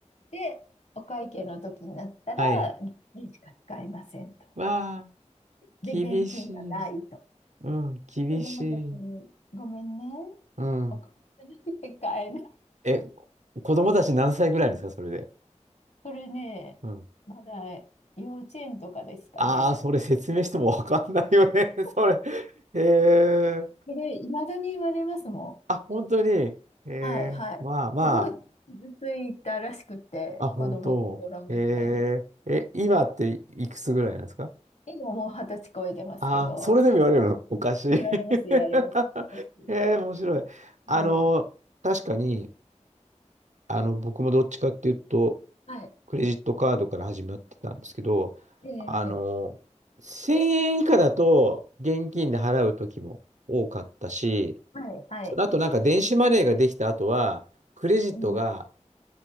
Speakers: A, on the left; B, on the right.
A: で、お会計の時になったら、
B: はい。
A: 現金しか使いませんと。
B: わあ、
A: で、
B: 厳しい。
A: 現金がないと。
B: うん、厳しい。
A: で、子供たちに、ごめんね、
B: うん。
A: お金がなくて買えない。
B: え、子供たち何歳ぐらいですか、それで。
A: これね、
B: うん。
A: まだ幼稚園とかですかね。
B: ああ、それ説明してもわかんないよね、<laughs>
A: そ
B: それ。へえ。
A: れ、いまだに言われますも
B: あ、本当に。ええ、
A: ん。はい、はい。
B: まあま
A: すごい傷ついたらしくて、
B: あ、あ、本当。
A: 子供の頃ながらに。
B: ええ、え、今っていくつぐらいなんですか
A: 今もう二十歳超えてますけど、
B: ああそれでも言われるのおかしい。<laughs>
A: 言われます、言われます。昔
B: ええ、面白い。あの、
A: だか
B: 確かに、あの、僕もどっちかっていうと、
A: らはい。
B: クレジットカードから始まってたんですけど、
A: ええ
B: あの、1000円以下だと現金で払う時も多かったし、
A: はい、はい。
B: その後なんか電子マネーができた後は、クレジットが
A: うん、